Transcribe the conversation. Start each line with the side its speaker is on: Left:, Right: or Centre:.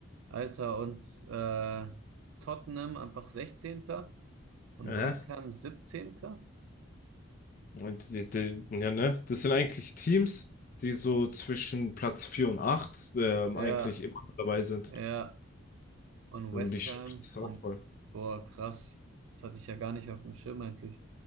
Right: Alter, und äh, Tottenham einfach 16. und
Left: Aha.
Right: West Ham 17.
Left: Und die, die, ja, ne? Das sind eigentlich Teams, die so zwischen Platz 4 und 8 ähm,
Right: Ja,
Left: eigentlich immer dabei sind.
Right: ja, und
Left: Und
Right: West
Left: mich
Right: Ham
Left: schockiert das
Right: und
Left: auch voll.
Right: boah, krass. Das hatte ich ja gar nicht auf dem Schirm eigentlich.